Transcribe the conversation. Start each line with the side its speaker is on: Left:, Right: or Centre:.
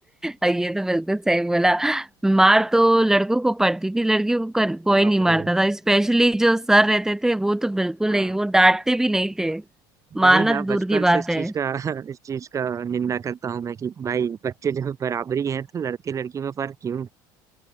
Centre: और ये तो बिल्कुल सही बोला मार
Right: हाँ,
Centre: तो लड़कों को पड़ती थी लड़कियों को कर, कोई
Right: बाप
Centre: नहीं मारता
Right: रे
Centre: था स्पेशली जो सर रहते थे वो तो बिल्कुल
Right: हाँ
Centre: नहीं वो डांटते भी नहीं थे
Right: वही
Centre: मारना
Right: ना
Centre: तो दूर
Right: बचपन
Centre: की बात
Right: से इस
Centre: है
Right: चीज का <laughs> इस चीज का निंदा करता हूँ मैं कि भाई बच्चे जब बराबरी हैं तो लड़के लड़की में फर्क क्यों